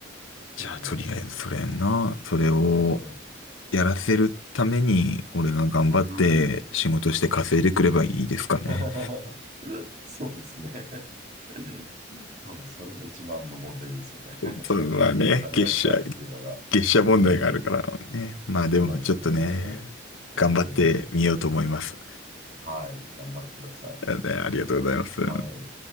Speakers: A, on the right (about 35°); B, on the left (about 80°).
A: そ
B: じゃあ、とりあえずそれな、それを、
A: うね。
B: やらせるために、俺が頑張って仕事して稼いでくればいいですかね。
A: うん。<laughs> そうですね。<laughs> そう、それが一番の問題ですよね。<laughs>
B: それはね、
A: お金がかかるっていうのが。
B: 月謝、月謝問題があるからね。
A: えー、
B: まあでもちょっとね、
A: そうなんですよね。
B: 頑張ってみようと思います。
A: えー、はい、頑張ってください。
B: でありがとうございます。
A: はい。